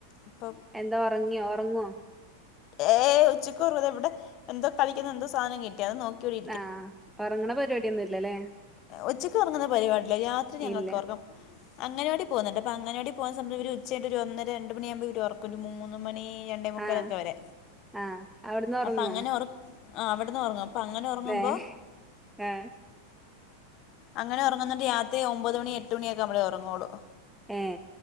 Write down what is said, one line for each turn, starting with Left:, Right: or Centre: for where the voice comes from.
Left: ഇപ്പൊ
Centre: എന്താ ഒറങ്ങിയോ ഒറങ്ങുവോ?
Left: ഏയ്‌ ഉച്ചകോറങ്ങുല ഇവിടെ എന്തോ കളിക്കുന്ന എന്തോ സാനം കിട്ടി. അത് നോക്കി ഇവിടെ
Centre: ആ ഒറങ്ങണ പരിപാടിയൊന്നുല്ലലേ?
Left: ഒച്ചക്കൊറങ്ങുന്ന പരിപാടില്ല രാത്രി ഞങ്ങക്കൊറക്കം.
Centre: ഇല്ല
Left: അങ്ങനവാടി പോന്നുണ്ട് അപ്പ അങ്ങനവാടി പോകുന്ന സമയം ഇവര് ഉച്ചകഴിഞ്ഞിട്ടൊരു ഒന്നര രണ്ട് മണിയാകുമ്പ ഇവരൊറക്കും ഒരു മൂന്ന് മണി രണ്ടേമുക്കാലൊക്കെ
Centre: ആഹ്
Left: വരെ
Centre: ആഹ് അവിടുന്ന് ഒറങ്ങോ
Left: അപ്പ അങ്ങനെ ഒറ ആ അവിടന്ന് ഒറങ്ങും. പ്പങ്ങനെ ഒറങ്ങുമ്പോ
Centre: ഏ ആ
Left: അങ്ങനെ ഒറങ്ങുന്ന രാത്രി ഒമ്പത് മണി എട്ട് മണിയൊക്കെയാമ്പളെ ഒറങ്ങോള്ളൂ.
Centre: ഏ